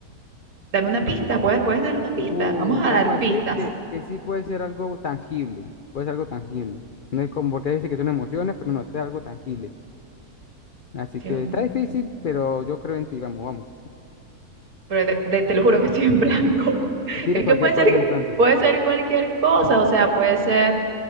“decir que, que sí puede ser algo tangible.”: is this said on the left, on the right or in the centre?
Left